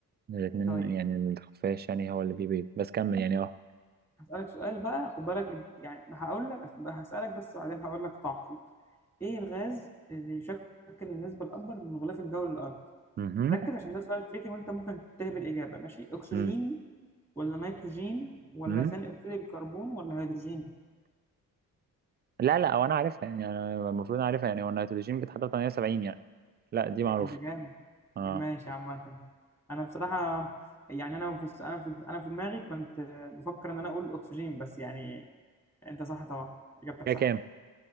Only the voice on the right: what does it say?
الاتنين
يعني الخفاش يعني هو اللي بيبيض بس كمل يعني اه
مهم.
مم.
مم.
لا لا هو انا عارفها يعني أنا المفروض عارفها يعني هو النيتروجين بيتحط في 78 يعني لا دي معروفة
اه
كده
كام